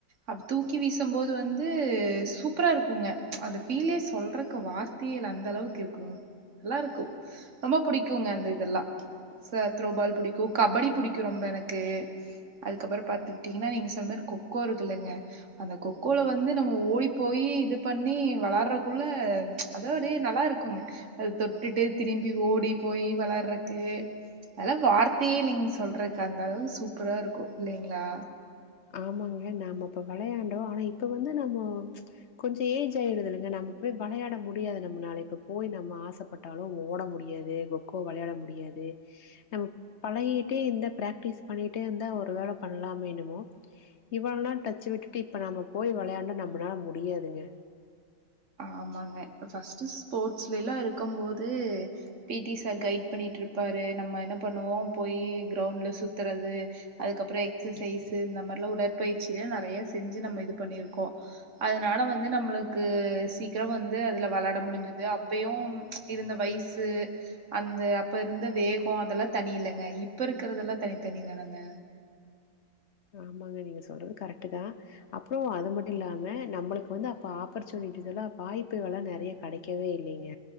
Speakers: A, on the right; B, on the left.
A: அப்ப தூக்கி வீசும்போது வந்து சூப்பரா இருக்குங்க அந்த ஃபீலே சொல்றக்கு வார்த்தையே இல்ல அந்த அளவுக்கு இருக்குங் நல்லா இருக்கு ரொம்ப பிடிக்குங்க அந்த இதெல்லா ச த்ரோபால் பிடிக்கு கபடி பிடிக்கு ரொம்ப எனக்கு அதுக்கப்புற பாத்துக்கிட்டீங்கன்னா நீங்க சொன்ன மாரி கொக்கோ இருக்குல்லங்க அந்த கொக்கோல வந்து நம்ம ஓடி போயி இது பண்ணி வெளையாடறக்குள்ள அது அப்டியே நல்லா இருக்குங்க அது தொட்டுட்டு திரும்பி ஓடி போயி வெளையாடறக்கு அதெல்லா வார்த்தையே இல்லைங் சொல்றக்கு அந்த அளவு சூப்பரா இருக்கு இல்லைங்ளா
B: ஆமாங்க நாம அப்ப வெளையாண்டோ ஆனா இப்ப வந்து நம்மோ கொஞ்ச ஏஜ் ஆயிடுது இல்லங்க நம்ம போய் வெளையாட முடியாது நம்மனால இப்ப போய் நம்ம ஆசப்பட்டாலு ஓட முடியாது கொக்கோ வெளையாட முடியாது நம்ம பழகிட்டே இந்த பிராக்டிஸ் பண்ணிட்டே இருந்தா ஒரு வேள பண்லாமோ என்னமோ இவ்ளோ நாள் டச்சு விட்டுட்டு இப்ப நம்ம போய் வெளையாண்டா நம்மனால முடியாதுங்க
A: ஆமாங்க அ ஃபஸ்ட்டு ஸ்போர்ட்ஸ்ல எல்லா இருக்கும் போது பி டி சார் கைட் பண்ணிட்டு இருப்பாரு நம்ம என்ன பண்ணுவோ போயி கிரௌண்ட்ல சுத்துறது அதுக்கப்புற எக்சசைஸு இந்த மாரிலா உடற்பயிற்சிலா நெறைய செஞ்சு நம்ம இது பண்ணிருக்கோ அதனால வந்து நம்மளுக்கு சீக்கிரோ வந்து அதுல வெளாட முடிஞ்சுது அப்பயு இருந்த வயசு அந்த அப்ப இருந்த வேகோ அதெல்லா தனி இல்லங்க இப்ப இருக்கறதெல்லா தனித்தனிதானுங்க
B: ஆமாங்க நீங்க சொல்றது கரெக்ட்டுதா அப்றோ அது மட்டு இல்லாம நம்மளுக்கு வந்து அப்ப ஆப்பர்ச்சுனிட்டிஸ் எல்லா வாய்ப்புகள்லா நெறைய கெடைக்கவே இல்லீங்க